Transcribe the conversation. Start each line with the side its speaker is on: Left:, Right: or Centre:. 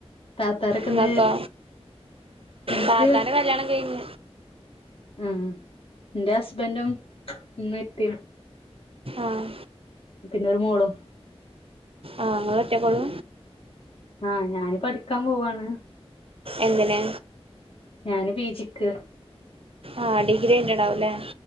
Left: താത്താരെക്കെ
Right: ഇങ്ങക്കോ
Left: ന്താ ഇന്ക്ക്
Right: താത്താന്റെ <unintelligible>
Left: ഉം ന്റെ ഹസ്ബൻഡും ഇമ്മേം പ്പീം
Right: ആഹ്
Left: പിന്നെരു മോളും
Right: ആഹ് നിങ്ങൾ ഒറ്റക്കള്ളൂ
Left: ആഹ് ഞാന് പഠിക്കാൻ പോവാണ്
Right: എന്തിനെ
Left: ഞാന് ബീജിക്ക്
Right: ആഹ് ഡിഗ്രി ഉന്റെടാവുംല്ലേ